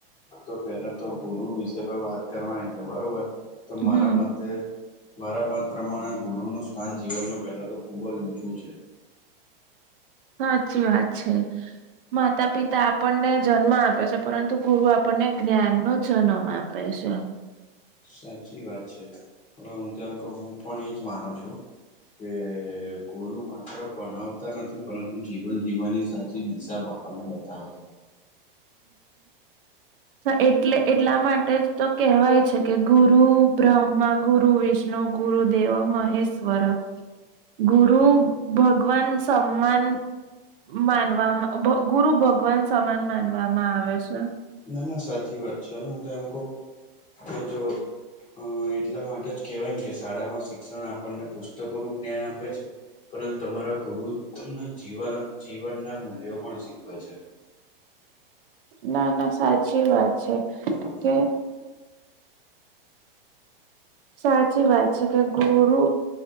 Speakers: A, on the left; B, on the right.
A: તો પેલા તો ગુરુ વિશે કોઈ વાત કરવાની છે બરોબર. તો મારા
B: હમ
A: મત તે મારા મત પ્રમાણે ગુરુનું સ્થાન જીવનમાં પહેલા તો ખૂબ જ ઊંચું છે.
B: સાચી વાત છે. માતા પિતા આપણને જન્મ આપે છે, પરંતુ ગુરુ આપણને જ્ઞાન નો જન્મ આપ પે છે.
A: સાચી વાત છે. હવે હું તેમ કહું હું પણ એજ માનો છું. કે ગુરુ માત્ર ભણાવતા નથી પરંતુ જીવન જીવવાની સાચી દિશા બાપ આપણને બતાવે છે.
B: હ એટલે એટલા માટે જ તો કહેવાય છે કે ગુરુ બ્રહ્મા ગુરુ વિષ્ણુ ગુરુ દેવો મહેશ્વર. ગુરુ ભગવાન સમાન માનવામાં ભ ગુરુ ભગવાન સમાન માનવામાં આવે છે.
A: ના ના સાચી વાત છે હું તો એમ કવ. કે જો અ એટલા માટે જ કેહવાયને કે શાળામાં શીખ શિક્ષણ આપણને પુસ્તકોનું જ્ઞાન આપે છે. પરંતુ તમારા ગુરુ તમને જીવા જીવનના મૂલ્યો પણ શીખવે છે.
B: ના ના સાચી વાત છે.
A: <inaudible>
B: કે સાચી વાત છે કે ગુરુ